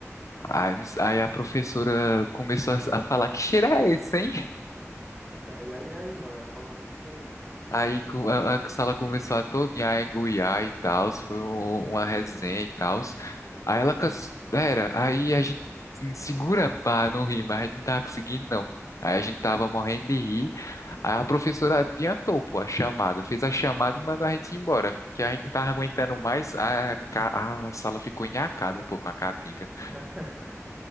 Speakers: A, on the left (about 75°); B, in the centre.
A: Aí, não s- aí a professora começou a, s- a falar, que cheiro é esse, hein?
B: <laughs> e aí, aí, mano, ela falou isso, e aí?
A: Aí co- a, a sala começou a todinha a engoiar e tal, foi um- uma resenha e tal.
B: E o
A: Aí
B: povo
A: ela, canse-
B: rindo.
A: era, aí a gente se segura pra não rir, mas a gente não tava conseguindo, não. Aí a gente tava morrendo de rir, Aí a professora adiantou, pô, a chamada, fez a chamada e mandou a gente ir embora, porque a gente não tava aguentando mais, a, ca- a sala ficou enacada, pô, com a caatinga.
B: <laughs>